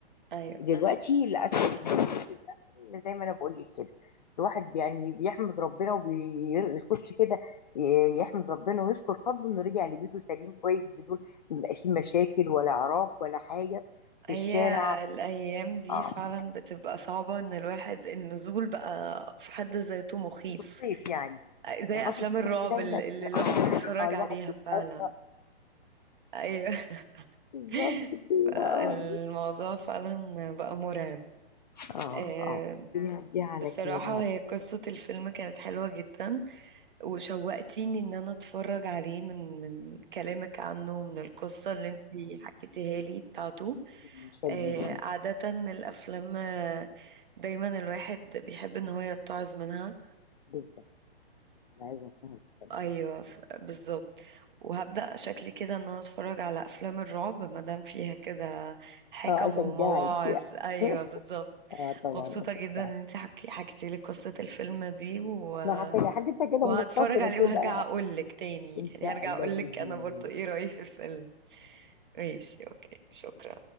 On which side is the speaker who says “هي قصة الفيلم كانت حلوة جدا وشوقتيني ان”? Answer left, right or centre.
Right